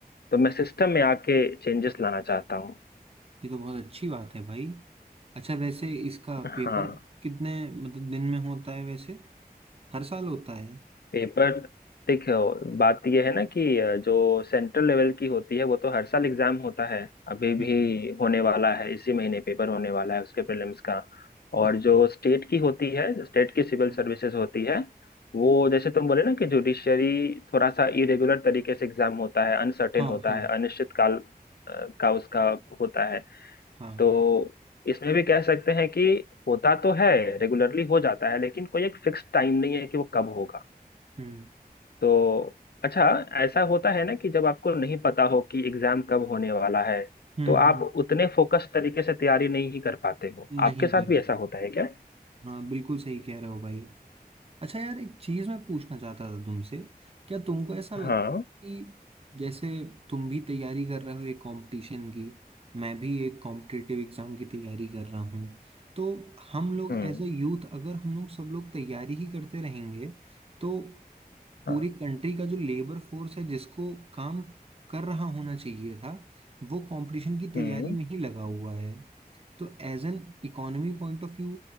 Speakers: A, on the left (about 80°); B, on the right (about 35°).
A: तो मैं सिस्टम में आके चेंजेस लाना चाहता हूँ
B: ये तो बहुत अच्छी बात है भाई अच्छा वैसे इसका पेपर
A: हाँ
B: कितने मतलब दिन में होता है वैसे हर साल होता है
A: पेपर देखो बात यह है ना कि जो सेंट्रल लेवल की होती है वो तो हर साल एग्जाम होता है अभी भी
B: हम्म
A: होने वाला है इसी महीने पेपर होने वाला है उसके प्रीलिम्स का और
B: अच्छा
A: जो स्टेट की होती है स्टेट की सिविल
B: हाँ
A: सर्विसेज होती है वो जैसे तुम बोले ना कि जुडिशरी थोड़ा सा इरेगुलर तरीके से एग्जाम होता है अनसर्टेन
B: हाँ
A: होता
B: हाँ
A: है अनिश्चित काल अ, का उसका होता है
B: हाँ
A: तो इसमें भी कह सकते हैं कि होता तो है रेगुलरली हो जाता है लेकिन कोई एक फिक्स टाइम नहीं है कि वो कब होगा
B: हम्म
A: तो अच्छा ऐसा होता है ना कि जब आपको नहीं पता हो कि एग्जाम कब होने वाला है
B: हम्म
A: तो आप
B: हम्म
A: उतने फोकस तरीके से तैयारी नहीं कर पाते हो
B: नहीं
A: आपके साथ
B: कर
A: भी
B: पा
A: ऐसा होता है क्या
B: हाँ बिल्कुल सही कह रहे हो भाई अच्छा यार एक चीज मैं पूछना चाहता था तुमसे क्या तुमको ऐसा लगता
A: हाँ
B: है कि जैसे तुम भी तैयारी कर रहे हो एक कंपटीशन की मैं भी एक कॉम्पिटिटिव एग्जाम की तैयारी कर रहा हूँ तो हम लोग
A: हम्म
B: एज अ यूथ अगर हम लोग सब लोग तैयारी ही करते रहेंगे तो
A: हाँ
B: पूरी कंट्री का जो लेबर फोर्स है जिसको काम कर रहा होना चाहिए था वो कंपटीशन की तैयारी
A: हम्म
B: में ही लगा हुआ है तो as an economy point of view